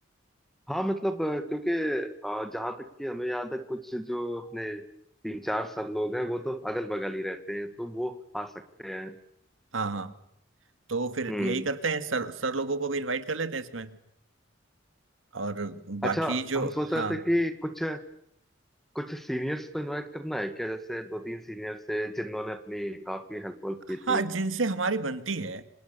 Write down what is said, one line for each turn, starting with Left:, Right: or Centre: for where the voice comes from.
Centre: हाँ मतलब अ, क्योंकि अ, जहाँ तक कि हमें याद है कुछ जो अपने तीन चार सब लोग हैं वो तो अगल बगल ही रहते हैं तो वो आ सकते हैं
Right: हाँ हाँ तो फिर
Centre: हम्म
Right: यही करते हैं सर सर लोगों को भी इनवाइट कर लेते हैं इसमें और बाकी
Centre: अच्छा
Right: जो
Centre: हम सोच
Right: हाँ
Centre: रहे थे कि कुछ कुछ सीनियर्स को इनवाइट करना है क्या जैसे दो तीन सीनियर्स थे जिन्होंने अपनी काफी हेल्प वेल्प
Right: हाँ
Centre: की थी
Right: जिनसे हमारी बनती है